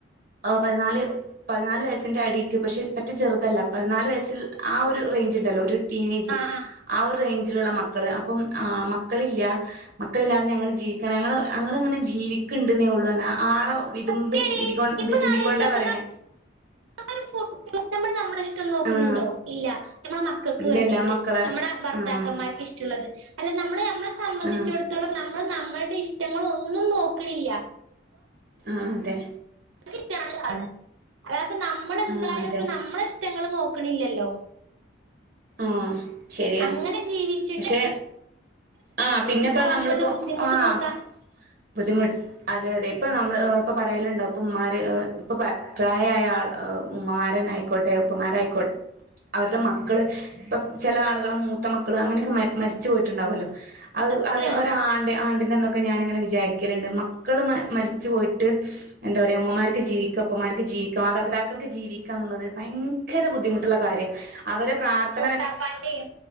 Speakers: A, on the right; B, on the right.
A: പതിനാല് പതിനാല് വയസ്സിന്റെ അടിക്ക് പക്ഷെ പറ്റേ ചെറുതല്ല പതിനാല് വയസ്ല് ആ ഒരു റേഞ്ച് ഉണ്ടല്ലോ ഒരു ടീനേജ്
B: ആഹ് ആഹ്
A: ആ ഒരു റെയ്ഞ്ച് ലുള്ള മക്കള് അപ്പം ആ മക്കളില്ല മക്കളില്ലാതെ ഞങ്ങൾ ജീവിക്ക ഞങ്ങ ഞങ്ങ ഇങ്ങനെ ജീവിക്കണ്ടെന്നേ ഉള്ളൂ ആളെ വിതുമ്പി
B: സത്യാടി
A: വിതുമ്പി കൊ
B: ഇപ്പൊ
A: വിതുമ്പികൊണ്ട
B: ആലോചിച്ചോക്ക്
A: പറയണെ
B: <unintelligible> നമ്മൾ നമ്മുടെ ഇഷ്ടംന്ന് നോക്കണണ്ടോ
A: ആഹ്
B: ഇല്ല നമ്മള മക്കൾക്ക്
A: ഇല്ലല്ല
B: വേണ്ടിട്ട്
A: മക്കളെ
B: നമ്മടെ ഭർത്താക്കന്മാർക്ക്
A: ആഹ്
B: ഇഷ്ടള്ളത് അല്ല നമ്മടെ നമ്മടെ സംബന്ധിച്ചിടത്തളം
A: ആഹ്
B: നമ്മള് നമ്മളുടെ ഇഷ്ടങ്ങളാന്നും നോക്കണില്ല
A: ആഹ അതെ
B: <unintelligible> കാരണം അത അപ്പ നമ്മളെന്തായാലും
A: ആഹ് അതെ
B: ഇപ്പ നമ്മളെ ഇഷ് ടങ്ങള് നോക്കണില്ലല്ലോ
A: ആഹ്. ശരിയാ
B: അങ്ങനെ ജീവിച്ചിട്ട്
A: പക്ഷെ ആഹ് പിന്നെപ്പോ
B: ആവുമ്പോള്ള
A: നമ്മള്പ്പോ
B: ബുദ്ധിമുട്ട്
A: ആഹ്
B: നോക്കാ
A: ബുദ്ധിമു അതെ അതെ ഇപ്പ നമ്മള് എഹ് ഇപ്പൊ പറയലുണ്ടാവും ഇപ്പ ഉമ്മാര് ഇ, ഇപ്പൊ പ്രായായ ആൾ ഇ ഉമ്മമാ രന്നെ ആയിക്കോട്ടെ, ഉപ്പമാരായിക്കോട്ടെ അവരുടെ മക്കള് ഇപ്പം ചെല ആള്കളെ മൂത്ത മക്കള് അങ്ങനെയൊക്കെ മ മരിച്ചു പോയിട്ടുണ്ടാവല്ലോ അത്,
B: സത്യാണ്
A: അത് ഒരാണ്ട് ആണ്ട്‌ ന്നൊക്കെ ഞാനങ്ങനെ വിചാരിക്കല്ണ്ട് മക്കൾ മരിച്ചു പോയിട്ട് എന്താ പറയാ ഉമ്മമാര്ക്ക് ജീവിക്ക, ഉപ്പമാര്ക്ക് ജീവിക്ക മാതാപിതാക്കൾക്ക് ജീവിക്കാന്നുള്ളത് ഭയങ്കര ബുദ്ധിമുട്ട് ള്ള കാര്യാ അവരെ പ്രർത്ഥ
B: മുത്താപ്പാന്റേം.